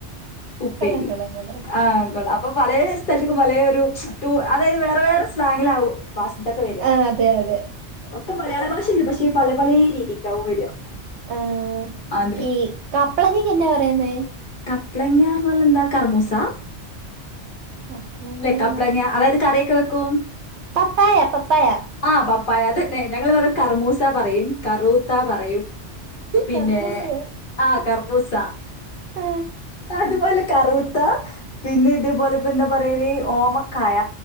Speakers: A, on the left (about 50°); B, on the right (about 75°).
A: ഉപ്പേരി
B: കള്ളം കള്ളം കള്ളം
A: ആ കൊള്ളാം അപ്പം പലേ സ്ഥലത്തെക്കും പലേ ഒരു റ്റൂ അതായത് വേറെ വേറെ സ്ലാങ്ങിലാവും ഭാഷ്തൊക്കെ വരിക
B: ആ അതെ അതെ
A: ഒക്കെ മലയാള ഭാഷയന്നെ പക്ഷെ പല പലേ രീതിക്കാവും വരിക
B: ആ
A: അതെ
B: ഈ കപ്ലയിങ്ങക്കെന്നാ പറയുന്നേ?
A: കപ്ലയിങ്ങാ എന്ന് പറഞ്ഞാൽ എന്താ കർമൂസാ?
B: കപ്ലയ്ങ്ങ
A: കപ്ലങ്ങ അതായത് കറിയൊക്കെ വെക്കും
B: പപ്പായ പപ്പായ
A: ആഹ് പപ്പായ അതന്നെ ഞങ്ങള് പറയും കർമൂസാ പറയും കറൂത്ത പറയും. പിന്നെ
B: കർമ്മൂസയോ
A: ആ കർമൂസ
B: ആ
A: അതുപോലെ കറു ത്ത പിന്നെ ഇതേപോലെ എന്താ പറയല് ഓമക്കായ,